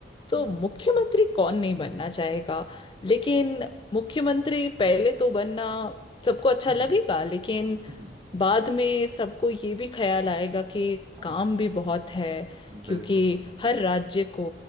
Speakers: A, on the left; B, on the right.
A: तो
B: बिल्कुल
A: मुख्यमंत्री कौन नहीं बनना चाहेगा लेकिन मुख्यमंत्री पहले तो बनना सबको अच्छा
B: हम्म,
A: लगेगा लेकिन
B: हम्म,
A: बाद में सबको ये भी ख्याल आएगा कि
B: हाँ
A: काम भी बहुत है क्योंकि
B: बिल्कुल
A: हर राज्य को